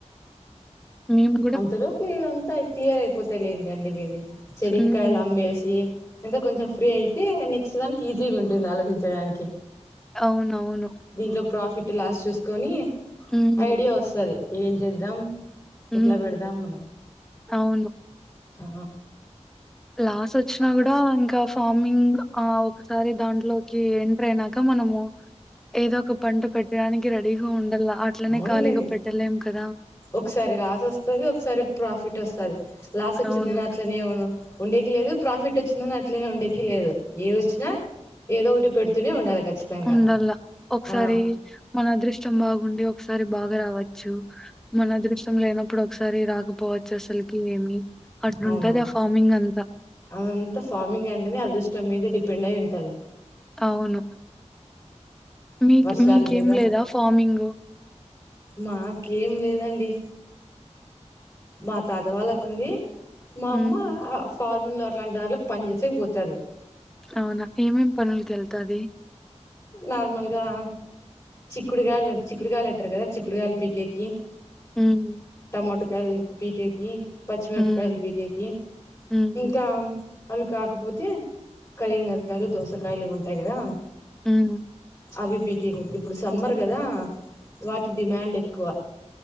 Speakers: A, in the centre; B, on the left.
A: మెమ్
B: అంత లోపల ఇదంతా క్లియర్ అయిపోతయ్ లేండి అండి మేబీ శెనకాయలు
A: హ్మ్.
B: అమ్మేసి కొంచెం ఫ్రీ అయితే నెక్స్ట్ దానికి ఈజీగుంటుంది ఆలోచించడానికి
A: అవునవును
B: దీంట్లో ప్రాఫిట్ లాస్ చూసుకొని
A: హ్మ్.
B: ఐడియా వస్తాది ఏం జేద్దాం
A: హ్మ్.
B: ఎట్లా పెడదాం మని
A: అవును.
B: ఆ
A: లాస్ వస్తాది కూడా ఇంకా ఫార్మింగ్ ఆ ఒకసారి దాంట్లోకి ఎన్ ట్రైనాక మనము ఏదో ఒక పంట పెట్టడానికి రెడీగా ఉండలా అట్లనే
B: అవునులేండి
A: ఖాళీగా పెట్టలేం కదా
B: ఒకసారి లాస్ వస్తాది ఒకసారి ప్రాఫిట్ వస్తాది లాస్ ఒచ్చిందని
A: అవును.
B: అట్లనే ఉను ఉండేకి లేదు ప్రాఫిట్ వచ్చింది అట్లనే ఉండేకి లేదు ఏదొచ్చినా ఏదో ఒటి పెడుతూనే ఉండాలి ఖచ్చితంగా
A: ఉండాల ఒకసారి
B: ఆ
A: మన అదృష్టం బాగుండి ఒక్ క్సారి బాగా రావచ్చు మన అదృష్ట్యం లేనప్పుడు ఒకసారి రాకపోవచ్చు అస్సలాకి ఏమి అట్లుంటది
B: అవునా
A: ఆ ఫార్మింగ్ అంతా.
B: అదంతా ఫార్మింగ్ అంటెనే అదృష్టం మీద డిపెండ్ అయి ఉన్ టది
A: అవును మీక్
B: వర్షాల
A: మీకేం
B: మీద
A: లేదా ఫార్మింగు
B: మాకేం లేదండి మా తాత వాళ్ళకుంది మా
A: హ్మ్.
B: అమ్మ ఫార్మింగ్ల అట్లాంటి దాంట్లకి పని చేసేకి పోతది
A: అవునా ఏమేం పనులకి వెళ్తాది
B: నార్మల్ గా చిక్కుడుగాయలు చిక్కుడుగాయలు అంటరు కదా చిక్కుడుగాయలు పీకేకి
A: హ్మ్.
B: టమాటోకాయల్ పీకేకి పచ్చిమిరపకాయల్
A: హ్మ్.
B: పీకేకి
A: హ్మ్.
B: ఇంకా అవి కాకపోతే కలింగరకాయలు దోసకాయలు ఇవి ఉంటాయి కదా
A: ఉమ్
B: అవి పీకేకి పొద్ది ఇప్పుడు సమ్మర్ గదా వాటి డిమాండ్ ఎక్కువ